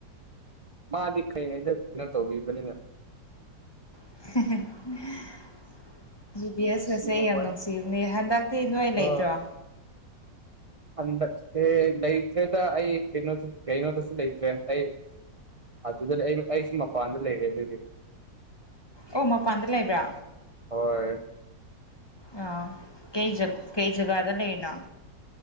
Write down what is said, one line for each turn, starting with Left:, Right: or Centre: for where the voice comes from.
Right: ꯃꯥꯗꯤ ꯀꯩꯉꯩꯗꯩꯅꯣ ꯇꯧꯕꯤꯕꯅꯤꯅ
Left: <inaudible> ꯕꯤ ꯕꯤ ꯑꯦꯁ
Right: ꯅꯨꯡꯁꯤꯕ
Left: ꯀꯁꯦ ꯑꯩ ꯌꯥꯝ
Right: ꯋꯥꯔꯤ
Left: ꯅꯨꯡꯁꯤꯕꯅꯦ ꯍꯟꯗꯛꯇꯤ ꯅꯣꯏ ꯂꯩꯇ꯭ꯔꯣ꯫
Right: ꯑꯣ ꯍꯟꯗꯛꯁꯦ ꯂꯩꯇ꯭ꯔꯦꯗ ꯑꯩ ꯀꯩꯅꯣꯗꯁꯨ ꯀꯩꯅꯣꯗꯁꯨ ꯂꯩꯇ꯭ꯔꯦ ꯑꯩ ꯑꯗꯨꯗꯗꯤ ꯑꯩ ꯑꯩꯁꯨ ꯃꯄꯥꯟꯗ ꯂꯩꯔꯦ ꯑꯗꯨꯗꯤ
Left: ꯑꯣ ꯃꯄꯥꯟꯗ ꯂꯩꯕ꯭ꯔꯥ꯫
Right: ꯍꯣꯏ
Left: ꯑꫭ ꯀꯩ ꯖ ꯀꯩ ꯖꯒꯥꯗ ꯂꯩꯔꯤꯅꫭ